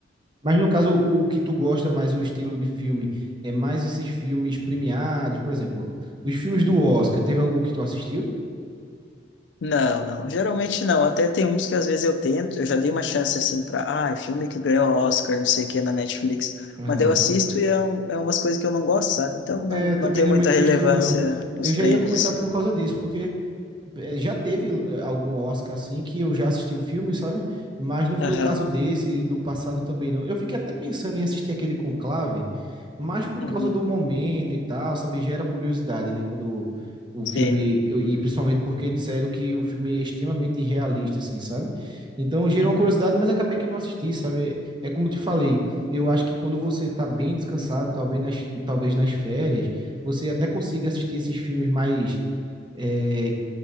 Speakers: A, on the right; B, on the left.
A: Mas no caso, o o que tu gosta mais, o estilo de filme, é mais esses filmes premiados, por exemplo, os filmes do Oscar. Teve algum que tu assistiu?
B: Não, não. Geralmente não. Até tem uns que às vezes eu tento, eu já dei uma chance assim pra, ah, é filme que ganhou Oscar, não sei o que, na Netflix.
A: Aham.
B: Mas daí eu assisto e é, um- é umas coisas que eu não gosto, sabe? Então não,
A: É,
B: não
A: também
B: tem
A: não
B: muita
A: é muito
B: relevância
A: meu estilo, não.
B: os
A: Eu
B: prêmios,
A: já ia comentar
B: assim.
A: por causa disso, porque eh, já teve eh, algum Oscar assim que eu já assisti o filme, sabe? Mas não foi
B: Aham.
A: o caso desse, do passado também não. Eu fiquei até pensando em assistir aquele Conclave, mas por
B: Uhum.
A: causa do momento e tal, sabe? Gera curiosidade, né? Quando o
B: Sim.
A: filme, eu- e principalmente porque disseram que o filme é extremamente irrealista, assim, sabe? Então gerou
B: Uhum.
A: uma curiosidade, mas acabei que não assisti, sabe? É como eu te falei, eu acho que quando você tá bem descansado, talvez nas, talvez nas férias, você até consiga assistir esses filmes mais é,